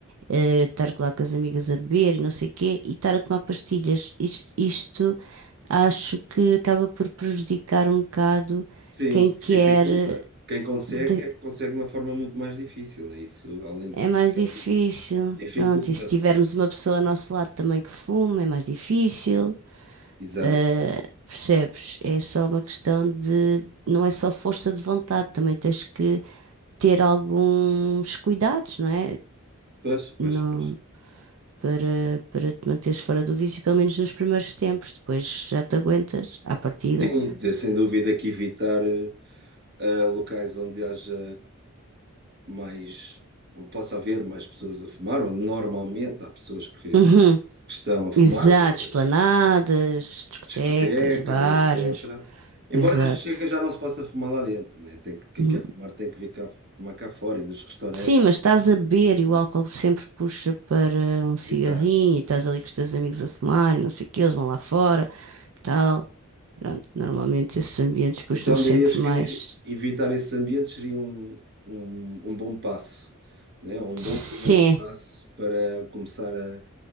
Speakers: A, on the right; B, on the right.
A: eh, estar lá com as amigas a beber e não sei quê, e estar a tomar pastilhas. Isto, isto acho que acaba por prejudicar um bocado
B: Sim,
A: quem quer.
B: dificulta.
A: eh,
B: Quem consegue,
A: de-
B: é que consegue de uma forma muito mais difícil, não é isso? Além de
A: É
B: prejudicar,
A: mais difícil.
B: di- dificulta,
A: Pronto, e se tivermos
B: pá.
A: uma pessoa ao nosso lado também que fuma, é mais difícil.
B: Exato.
A: Eh, percebes? É só uma questão de. Não é só força de vontade, também tens que ter alguns cuidados, não é?
B: Pois, pois,
A: Não,
B: pois.
A: para, para te manteres fora do vício, pelo menos nos primeiros tempos, depois já te aguentas à partida.
B: Sim, de- sem dúvida que evitar eh, eh, locais onde haja mais, possa haver mais pessoas a fumar, onde normalmente há pessoas que
A: Uhum.
B: estão a fumar,
A: Exato,
B: que é
A: esplanadas,
B: em
A: discotecas,
B: discotecas,
A: bares,
B: etc.
A: exato.
B: Embora nas discotecas já não se possa fumar lá dentro, não é? Tem que, quem
A: Uhum.
B: quer fumar tem que vir cá, fumar cá fora e nos restaurantes.
A: Sim, mas estás a beber e
B: também.
A: o álcool sempre puxa para um cigarrinho
B: Exato.
A: e estás ali com os teus amigos a fumar e não sei o que, eles vão lá fora, tal. Pronto, normalmente esses ambientes puxam
B: Então
A: sempre
B: dirias que
A: mais.
B: evitar esses ambientes seria um, um, um bom passo, né? Um
A: Sim.
B: bom primeiro passo para começar a,